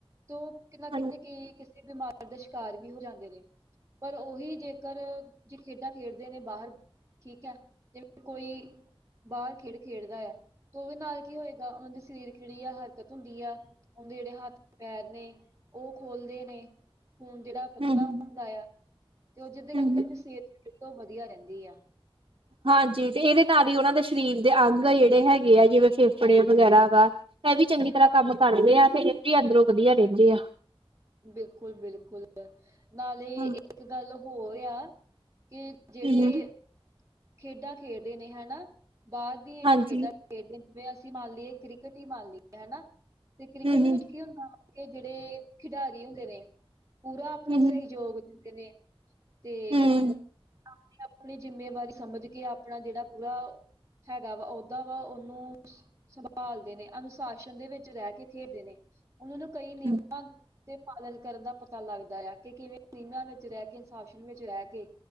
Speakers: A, on the right (about 30°); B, on the right (about 60°).
A: ਤੇ ਉਹ, ਕਿਤੇ ਨਾ ਕਿਤੇ
B: ਹਮ
A: ਕਈ ਕਿਸੇ, ਬਿਮਾਰ ਦਾ ਸ਼ਿਕਾਰ ਵੀ ਹੋ ਜਾਂਦੇ ਨੇ। ਪਰ ਉਹੀਂ ਜੇਕਰ ਕੇ ਖੇਡਾਂ-ਖੇਡਦੇ ਨੇ ਬਾਹਰ, ਠੀਕ ਹੈ। ਜਿਵੇਂ ਕੋਈ, ਬਾਹਰ ਖੇਡ ਖੇਡਦਾ ਹੈ। ਉਹਦੇ ਨਾਲ ਕੀ ਹੋਏਗਾ, ਉਹਨਾਂ ਦੇ ਸਰੀਰ ਜਿਹੜੀ ਆ ਹਰਕਤ ਹੁੰਦੀ ਆ, ਉਹਦੇ ਜਿਹੜੇ ਹੱਥ ਪੈਰ ਨੇ ਉਹ ਖੋਲਦੇ ਨੇ ਖੂਨ ਜਿਹੜਾ, ਪਤਲਾ
B: ਹਮ
A: ਹੁੰਦਾ ਆ, ਤੇ ਉਹ ਜਿਹਦੇ ਕਰਕੇ
B: ਹਮ
A: ਉਹਦੀ ਸਿਹਤ ਜਹੜ ਉਹ ਵਧੀਆ ਰਹਿੰਦੀ ਆ।
B: ਹਾਂਜੀ, ਤੇ ਇਹਦੇ ਨਾਲ ਹੀ ਉਹਨਾਂ ਦੇ, ਸਰੀਰ ਦੇ ਅੰਗ ਜਿਹੜੇ ਹੈਗੇ ਆ, ਜਿਵੇਂ ਫੇਫੜੇ ਵਗੈਰਾ ਵਾ। ਇਹ ਵੀ, ਚੰਗੀ ਤਰ੍ਹਾਂ ਕੰਮ ਕਰਦੇ ਆ, ਤੇ ਇਹ ਵੀ ਅੰਦਰੋਂ ਵਧੀਆ ਰਹਿੰਦੇ ਆ।
A: ਬਿਲਕੁਲ, ਬਿਲਕੁਲ ਨਾਲੇ
B: ਹੂੰ,
A: ਏਕ ਗਾੱਲ ਹੋਰ ਆ। ਕਿ ਜੇੜੇ,
B: ਹੂੰ,
A: ਖੇਡਾਂ ਖੇਡਦੇ ਨੇ ਹਨਾ ਬਾਦ ਦੀ ਜੇੜੀ
B: ਹਾਂਜੀ
A: ਖੇਡਾਂ ਖੇਡਦੇ ਜਿਵੇਂ ਅਸੀਂ ਮਾੰਨ ਲੀਏ ਕ੍ਰਿਕੇਟ ਈ ਮਾੰਨ ਲੀਏ ਹਨਾ। ਤੇ ਕ੍ਰਿਕਟ
B: ਹੂੰ,
A: ਦੇ
B: ਹੂੰ,
A: ਵੇਚ ਕੀ ਹੁੰਦਾ ਵਾ? ਏ ਜੇੜੇ ਖਿਡਾਰੀ ਹੁੰਦੇ ਨੇ, ਪੂਰਾ ਆਪਣਾ
B: ਹੂੰ,
A: ਸਹਿਯੋਗ ਦਿੰਦੇ ਨੇ। ਤੇ
B: ਹੂੰ,
A: ਆਪਣੀ-ਆਪਣੀ ਜਿੰਮੇਵਾਰੀ ਸਮਝ ਕੇ ਆਪਣਾ ਜੇੜਾ ਪੂਰਾ ਹੈਗਾ ਵਾ ਓਦਾਂ ਵਾ ਓਨੂੰ ਸੰਭਾਲ ਦੇ ਨੇ ਅਨੁਸ਼ਾਸਨ ਦੇ ਵੇਚ ਰੈ ਕੇ ਖੇਲਦੇ ਨੇ, ਉਨਾਂ ਨੂੰ ਕਈ ਨਿਯ
B: ਹੂੰ।
A: ਤੇ ਪਾਲਨ ਕਰਨ ਦਾ ਪਤਾ ਲਾੱਗਦਾ ਆ, ਕਿ ਕਿਵੇਂ ਨਿਯਮਾਂ ਵਿੱਚ ਰੈ ਕੇ, ਅਨੁਸ਼ਾਸਨ ਵੇਚ ਰੈ ਕੇ